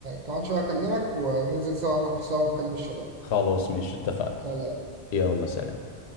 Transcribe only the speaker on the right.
كمان شويه اكلمك وننزل سوا نروح سوا نكلم الشباب
خلاص